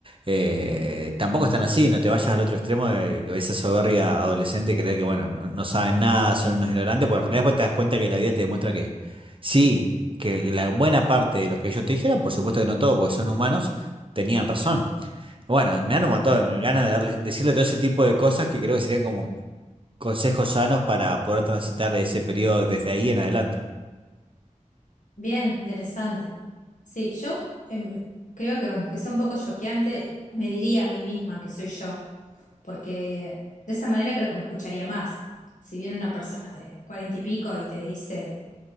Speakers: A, on the right (about 40°); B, on the left (about 70°).
A: Eh, tampoco están así, no te vayas al otro extremo de esa soberbia adolescente, creer que, bueno, no, no saben nada, son unos ignorantes, porque en realidad después te das cuenta que la vida te demuestra que sí, que la buena parte de lo que ellos te dijeron, por supuesto que no todo, porque son humanos, tenían razón. Bueno, me han matado ganas de darle- decirle todo ese tipo de cosas que creo que serían como consejos sanos para poder transitar ese periodo desde ahí en adelante.
B: Bien, qué interesante. Sí, yo em, creo que aunque sea un poco choqueante, me diría a mí misma que soy yo, porque de esa manera creo que me escucharía más. Si viene una persona de cuarenta y pico y te dice,